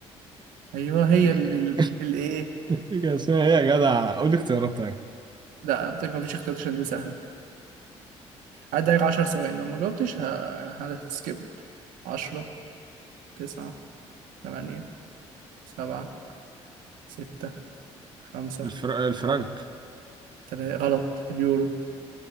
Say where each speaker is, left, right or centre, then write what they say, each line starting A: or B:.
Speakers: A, on the right; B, on the right.
A: ايوه هي
B: <laughs>
A: اللي الايه
B: إيه كان اسمها إيه يا جدع؟ قول لي اختيارات طيب
A: لا انت ما فيش اختيارات عشان دي سهله عدى عليك 10 ثواني لو ما جاوبتش ه... هتسكيب 10 9 8 7 6 5
B: الفر... الفرنك
A: 4 3 غلط اليورو